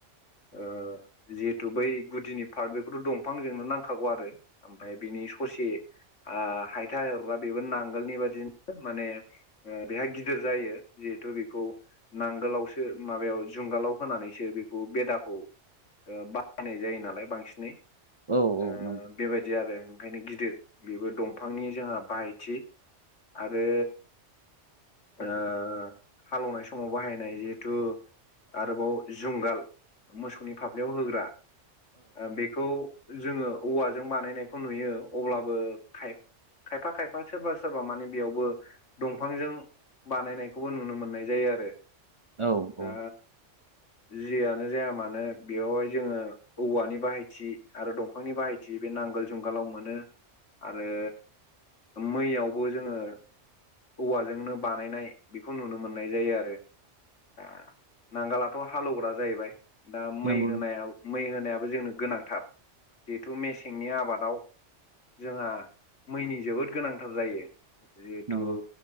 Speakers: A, on the left; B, on the right.
A: ओ- जिहेथु बै गुदिनि पार्ट बेखौथ' दंफांजोंनो नांखागौ आरो ओमफफ्राय बिनि ससे ओ- हायथा हरग्रा बेबो नाङ नांगोलनि बादिनो माने ओ- बेहा गिदिर जायो जिहेथु बेखौ नांगोलावसो माबायाव जुंगालाव होनानैसो बेखौ बेदाखौ ओ- बाहायनाय जायो नालाय बांसिनै
B: औ औ
A: ओ
B: नंगौ
A: बेबायदि आरो ओंखायनो गिदिर बेबो दंफांनि जोंहा बाहायथि आरो आ हालेवनाय समाव बाहायनाय जिहेथु आरोबाव जुंगाल। मोसौनि फाफ्लायाव होग्रा ओ बेखौ जोङो औवाजों बानायनायखौ नुयो। अब्लाबो खाय खायफा खायफा सोरबा सो- सोरबा मानि बेयावबो दंफांजों बानायनायखौबो नुनो मोननाय जायो आरो।
B: औ औ
A: दा जियानो जाया मानो बेवहाय जोङो औवानि बाहायथि आरो दंफांनि बाहाय थि बे नांगोल जुंगालाव मोनो आरो मैयाव- बो जोङो औवाजोंनो बानायनाय बेखौ नुनो मोननाय जायो आरो। दा नांगालाथ' हालौवग्रा जाहैबाय। दा मै
B: नंगौ
A: होनायाव मै होनाय- जोंनो गोनांथार जिहेथु मेसेंनि आबादाव जोंहा मैनि जोबोद गोनांथार जायो। जिहेथु
B: नंगौ